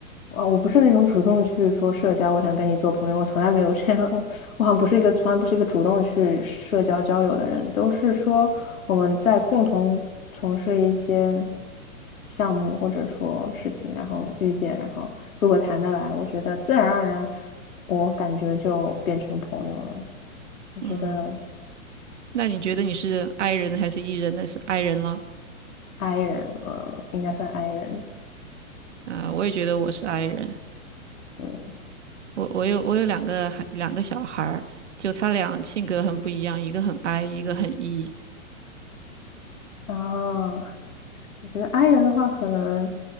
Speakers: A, on the left; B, on the right.
A: 啊，我不是那种主动去说社交，我想跟你做朋友，我从来没有这样，<laughs> 我我好像不是一个从来不是一个主动去社交交友的人，都是说我们在共同从事一些项目或者说事情，然后遇见，然后如果谈得来，我觉得自然而然，我感觉就变成朋友了。我觉得
B: 嗯，那你觉得你是 I 人还是 E 人呢？是 I 人了
A: I 人，嗯，应该算 I 人，
B: 啊，我也觉得我是 I 人。
A: 嗯。
B: 我我有我有两个孩两个小孩儿，就他俩性格很不一样，一个很 I，一个很 E。
A: 啊，我觉得 i 人的话，可能